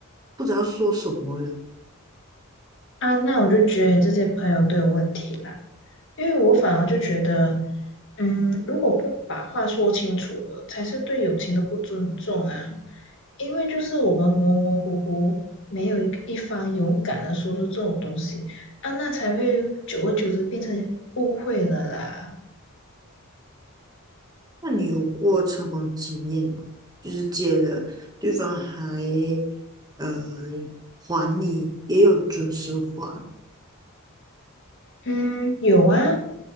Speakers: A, on the right; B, on the left.
A: 不知道说什么了。
B: 啊，那我就觉得你这些朋友都有问题啦，因为我反而就觉得，嗯，如果不把话说清楚了，才是对友情的不尊重啊。因为就是我们模模糊糊，没有一个一方勇敢的说出这种东西啊，那才会久而久之变成误会了啦。
A: 那你有过成功经验吗？就是借了，对方还呃还你，也有准时还。
B: 嗯，有啊，